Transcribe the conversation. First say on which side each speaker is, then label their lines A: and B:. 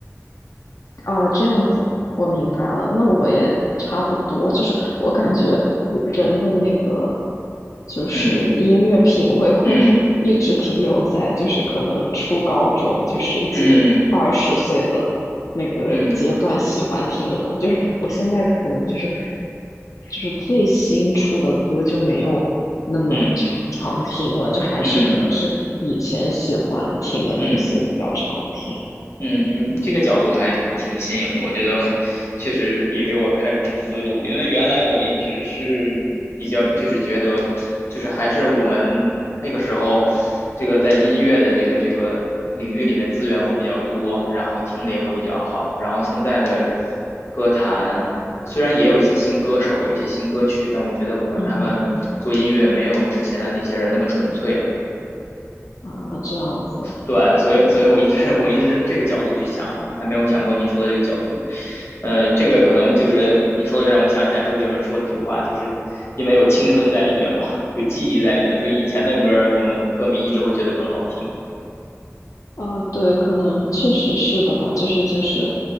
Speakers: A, on the left; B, on the left.
A: 哦，这样子，我明白了。那我也差不多，就是我感觉我人的那个，就是音乐品味会
B: 嗯嗯
A: <laughs> 一直停留在，就是可能初高中，就十几、
B: 嗯
A: 二十岁的那个阶段喜欢听的东西。
B: 嗯
A: 就是我现在可能就是，就是最新出的歌就没有那么常常听了，
B: 嗯
A: 就还是可能是以前喜欢听的那些比较常听
B: 嗯嗯。嗯嗯嗯，你你这个角度还挺新颖的，我觉得 <laughs> 确实也给我开阔了思路。因为原来我一直是比较，就是觉得，就是还是我们那个时候，这个在音乐的这个这个领域里面资源会比较多，然后听的也会比较好。然后现在的歌坛虽然也有一些新歌手，有一些新歌曲，但我觉得可能他们做音乐没有之前的那些人那么纯粹了。
A: 嗯嗯。啊，这样子。
B: 对，所以所以我一直我一直是这个角度去想，还没有想过你说的这个角度。呃，这个可能就是你说的，让我想起来周杰伦说的一句话，就是因为有青春在里边嘛，有记忆在里边，所以以前的歌我们歌迷一直会觉得更好听。
A: 啊，对，可能确实是的吧，就是就是，